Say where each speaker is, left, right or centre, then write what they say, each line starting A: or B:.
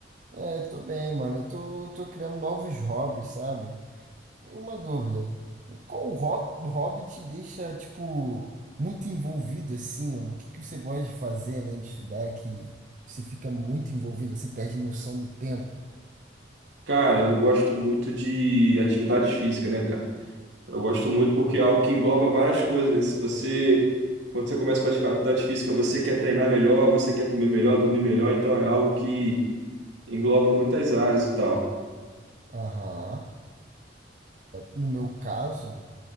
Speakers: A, on the right; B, on the right.
A: É, tô bem, mano. Eu tô, tô criando novos hobbies, sabe? E Uma dúvida. Qual hob- hobby te deixa, tipo, muito envolvido, assim? ó? O que que você gosta de fazer, além de estudar, que você fica muito envolvido, assim, perde noção do tempo?
B: Cara, eu gosto muito de atividades físicas, né, cara? Eu gosto muito porque é algo que engloba várias coisas, né? Se você, quando você começa a praticar uma atividade física, você quer treinar melhor, você quer comer melhor, dormir melhor, então é algo que engloba muitas áreas e tal.
A: Aham. No meu caso.